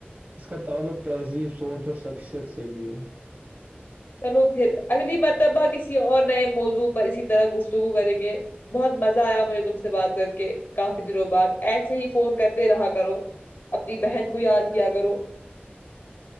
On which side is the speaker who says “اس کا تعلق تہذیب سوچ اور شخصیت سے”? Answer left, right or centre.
Right